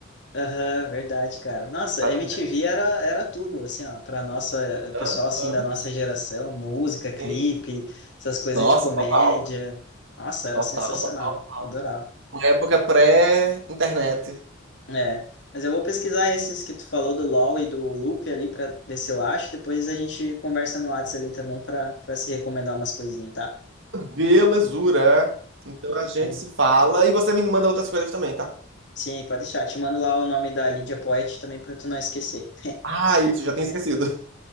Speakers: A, on the left; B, on the right.
A: Aham, verdade, cara. Nossa,
B: Tata
A: a MTV
B: Werneck.
A: era, era tudo, assim, ó, pra nossa, o pessoal,
B: Aham.
A: assim, da nossa geração, música, clipe,
B: Sim.
A: essas coisas
B: Nossa,
A: de comédia.
B: total.
A: Nossa, era
B: Total,
A: sensacional,
B: total, total.
A: adorava.
B: Uma época pré-internet.
A: É, mas eu vou pesquisar esses que tu falou do LoL e do Loop ali pra ver se eu acho, depois a gente conversa no WhatsApp ali também pra, pra se recomendar umas coisinhas, tá?
B: Belezura. Então a gente
A: Aí,
B: se fala e você me manda outras coisas também, tá?
A: sim, pode deixar, te mando lá o nome da Lydia Poet também pra tu não esquecer.
B: Ah, isso, já tinha esquecido.